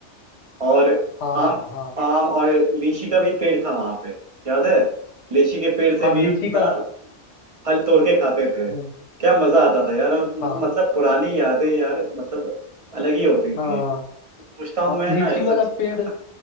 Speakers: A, on the right; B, on the left.
A: और
B: हाँ
A: आम
B: हाँ
A: आम और लीची का भी पेड़ था वहां पे याद है लीची के पेड़ से
B: हाँ
A: भी
B: लीची
A: अपना
B: का
A: फल तोड़ के खाते थे
B: हम्म,
A: क्या मजा आता था यार मतलब
B: हाँ
A: मतलब पुरानी यादें यार मतलब अलग ही होती थी
B: हाँ
A: पूछता हूँ
B: हाँ
A: मैं
B: लीची
A: ना ये
B: वाला
A: सब चीज
B: पेड़